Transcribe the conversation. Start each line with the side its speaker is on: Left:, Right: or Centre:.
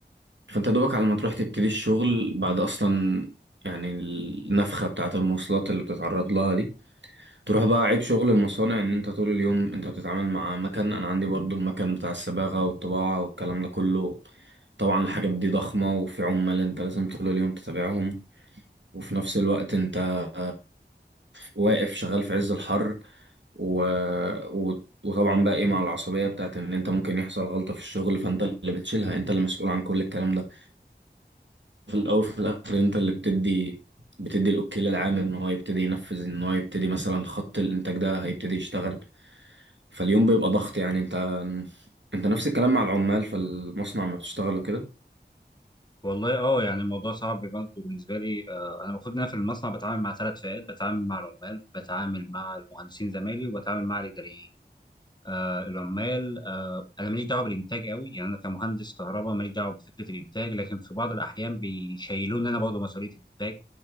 Right: فانت دوبك على ما تروح تبتدي الشغل بعد أصلا يعني النفخة بتاعة المواصلات اللي بتتعرض لها دي تروح بقى عيب شغل المصانع ان انت طول اليوم انت بتتعامل مع مكن انا عندي برضو المكن بتاع الصباغة والطباعة والكلام ده كله طبعا الحاجات دي ضخمة وفي عمال انت لازم طول اليوم تتابعهم وفي نفس الوقت انت واقف شغال في عز الحر و... و... وطبعا بقى ايه مع العصبية بتاعت ان انت ممكن يحصل غلطة في الشغل فانت اللي بتشيلها انت اللي مسؤول عن كل الكلام ده في الاول في الاخر انت اللي بتدي بتدي الاوكي للعامل ان هو يبتدي ينفذ ان هو يبتدي مثلا خط الانتاج ده هيبتدي يشتغل فاليوم بيبقى ضغط يعني انت انت نفس الكلام مع العمال في المصنع ما بتشتغل وكده
Left: والله اه يعني الموضوع صعب برضه بالنسبه لي آه انا المفروض ان انا في المصنع بتعامل مع ثلاث فئات بتعامل مع العمال بتعامل مع المهندسين زمايلي وبتعامل مع الاداريين آه العمال آه انا ماليش دعوه بالانتاج قوي يعني انا كمهندس كهرباء ماليش دعوه بفكره الانتاج لكن في بعض الاحيان بيشيلوني انا برضه مسؤوليه الانتاج